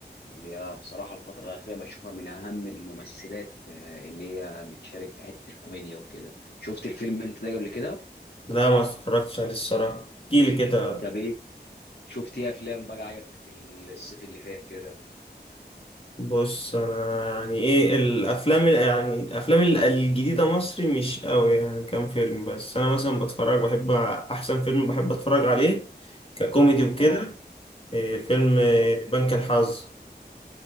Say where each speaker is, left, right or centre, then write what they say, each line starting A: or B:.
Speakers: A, on the left; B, on the left.
A: اللي هي بصراحه الفتره الاخيره بشوفها من اهم الممثلات آه، اللي هي بتشارك في حته الكوميديا وكده شفت الفيلم انت ده قبل كده
B: لا ما اتفرجتش عليه الصراحة احكيلي كده
A: طب ايه شفت ايه افلام بقى عجبتك الصيف اللي فات كده
B: بص انا يعني ايه الافلام ال- يعني الافلام ال- الجديدة مصري مش قوي يعني كام فيلم بس انا مثلا بتفرج بحب احسن فيلم بحب اتفرج عليه ككوميدي وكده
A: اه
B: إيه فيلم إيه
A: آه،
B: بنك الحظ